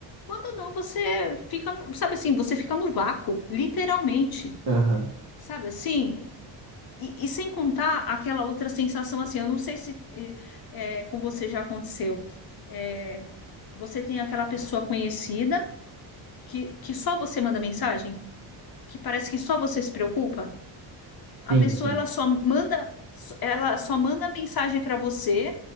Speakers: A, on the left (about 50°); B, on the right (about 50°).
A: Quando não, você fica, sabe assim, você fica no vácuo, literalmente,
B: Aham.
A: sabe assim? E, e sem contar aquela outra sensação assim, eu não sei se eh, eh, com você já aconteceu. Eh, você tem aquela pessoa conhecida que, que só você manda mensagem, que parece que só você se preocupa. A
B: Sim,
A: pessoa
B: sim.
A: ela só manda ela só manda mensagem para você